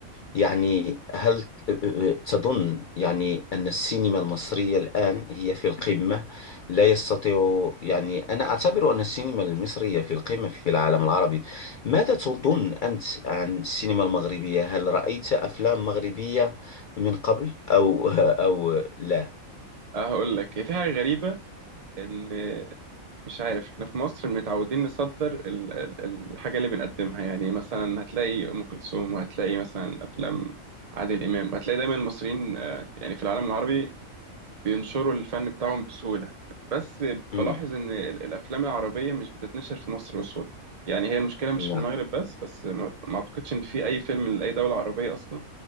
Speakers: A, on the left; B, on the right.
A: يعني هل ت- آه، آه، تظن يعني أن السينما المصرية الآن هي في القمة لا يستطيع يعني أنا أعتبر أن السينما المصرية في القمة في العالم العربي ماذا تظن أنت عن السينما المغربية هل رأيت أفلام مغربية من قبل أو أو لا
B: آه هقول لك هي في حاجه غريبه ان مش عارف احنا في مصر متعودين نصدر ال- ال- الحاجه اللي بنقدمها يعني مثلا هتلاقي ام كلثوم وهتلاقي مثلا افلام عادل امام هتلاقي دايما المصريين آه يعني في العالم العربي بينشروا الفن بتاعهم بسهوله بس
A: مم.
B: بلاحظ ان ال- الافلام العربيه مش بتتنشر في مصر بسهوله يعني هي المشكله مش
A: نعم
B: في المغرب بس بس ما ما اعتقدش ان في اي فيلم لاي دوله عربيه اصلا